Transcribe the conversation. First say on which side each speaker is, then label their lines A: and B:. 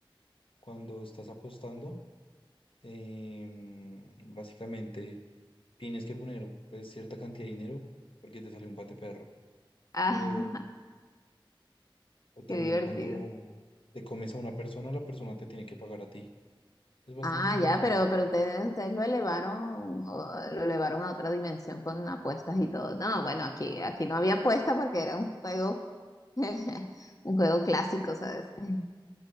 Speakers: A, on the left (about 75°); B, on the left (about 40°).
A: cuando estás apostando, em, básicamente tienes que poner pues, cierta cantidad de dinero porque te sale un pate perro.
B: Ah,
A: O,
B: <laughs>
A: o también
B: qué divertido.
A: cuando te comes a una persona, la persona te tiene que pagar a ti. Es bastante
B: Ah,
A: entretenido,
B: ya, pero,
A: la verdad.
B: pero ustedes, ustedes lo elevaron, o- lo elevaron a otra dimensión con apuestas y todo. No, bueno, aquí, aquí no había apuesta porque era un juego, <laughs> un juego clásico, ¿sabes? <laughs>